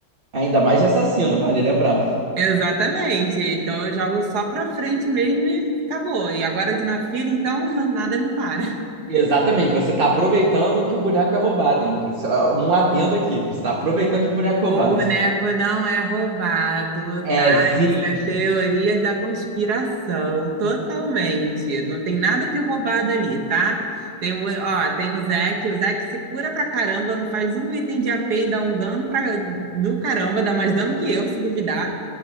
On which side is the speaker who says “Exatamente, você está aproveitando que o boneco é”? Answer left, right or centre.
Right